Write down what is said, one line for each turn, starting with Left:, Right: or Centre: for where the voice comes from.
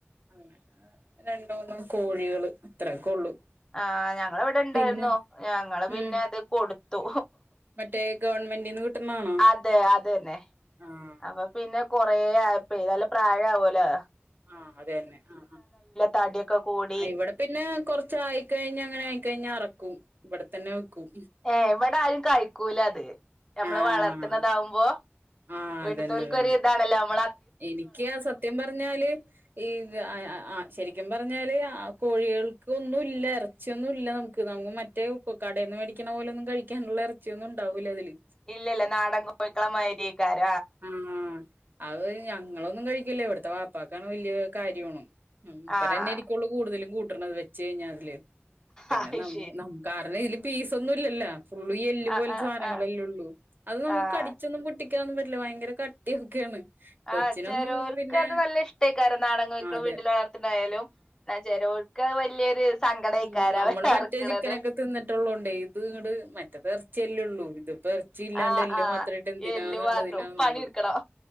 Right: അങ്ങനെ രണ്ട് മൂന്ന് കോഴേള് അത്രയൊക്കെ ഉള്ളു
Left: ആ ഞങ്ങള ഇവിടെ ഇണ്ടായിരുന്നു
Right: പിന്നെ
Left: ഞങ്ങള്
Right: ഉം
Left: പിന്നെ അത് കൊടുത്തു
Right: മറ്റേ ഗവൺമെന്റിന്ന് കിട്ടുന്നതാണോ
Left: അതെ അതന്നെ
Right: ആഹ്
Left: അപ്പൊ പിന്നെ കൊറെ ആയപ്പെ നല്ല പ്രായാവോലോ
Right: ആ അതന്നെ ആ
Left: തടിയൊക്കെ കൂടി
Right: ആ ഇവിടെ പിന്നെ കൊറച്ചായി കയിഞ്ഞ അങ്ങനായികയിഞ്ഞ അറക്കും ഇവിടെത്തന്നെ വെക്കും
Left: ഏ ഇവിടെ ആരും കഴിക്കൂല അത് നമ്മള്
Right: ആഹ്
Left: വളർത്തുന്നതാവുമ്പോ
Right: ആഹ്
Left: വീട്ത്തോൽക്ക്
Right: അതന്നെ അതന്നെ
Left: വരെ ഇതാണല്ലോ മ്മ
Right: എനിക്ക് ആ സത്യം പറഞ്ഞാല് ഈ ആ ശരിക്കും പറ പറഞ്ഞാല് ആ കോഴികൾക്ക് ഒന്നുഇല്ല ഇറച്ചിയൊന്നും ഇല്ല നമുക്ക് നമക്ക് മറ്റേ കോ കടേന്ന് മേടിക്കണോ ലന്നും കഴിക്കാനൊള്ള എറച്ചിയൊന്നും ഉണ്ടാവുല അതില്
Left: ഇല്ലല്ല നാടൻ കോഴിക്കളെ <unintelligible>
Right: ആ അത് ഞങ്ങളൊന്നും കഴിക്കില്ല ഇവിടത്തെ വാപ്പാക്കാണ് വലിയ കാര്യമാണ് ഉം ഉപ്പ
Left: ആഹ്
Right: തന്നെയിരിക്കുള്ളു കുടുതലും കൂട്ടണാർത് വെച്ച് കഴിഞ്ഞാ അതില് പിന്നെ
Left: ആഹ് അയ്ശരി
Right: നമ്മ നമ് കരണം ഇതില് പീസ ഒന്നും ഇല്ലല്ല ഫുളളും ഈ എല്ല്
Left: ആഹ്
Right: പോലെത്തെ
Left: ആഹ്
Right: സാധങ്ങളെല്ലേ
Left: ആഹ്
Right: ഉള്ളൂ അത് നമുക്ക്
Left: ആഹ്
Right: കടിച്ചൊന്നും പൊട്ടിക്കാനോന്നും പറ്റി ല്ല ഭയങ്കര കട്ടിയൊക്കെയാണ് കൊച്ചിനൊന്നും
Left: ആ ചെലോർക്ക്
Right: പിന്നെ
Left: അത് നല്ല ഇഷ്ടായി കാരണം നാടൻ കോയിക്കളും
Right: അതെ
Left: വീട്ടില് വളർത്തിണ്ടായാലും എന്ന ചെലോ ക്ക വലിയൊരു സങ്കടേക്കാരം
Right: മ് നമ്മള്
Left: അവര്
Right: മറ്റേ
Left: അറക്കണത്
Right: ചിക്കനൊക്കെ തിന്നിട്ടുള്ള കൊണ്ടെ ഇത് ഇങ്ങട് മറ്റേത് എർ ചെല്ലുള്ളൂ ഇതും ഇറച്ചി ഇല്ലാണ്ട്
Left: ആഹ്
Right: എല്ല്
Left: ആഹ്
Right: മാത്രമായിട്ട് എന്തിനാന്നൊള്ളതിലാണ്
Left: എല്ല് മാത്രം
Right: നമ്മള്
Left: പണിയെടുക്കണം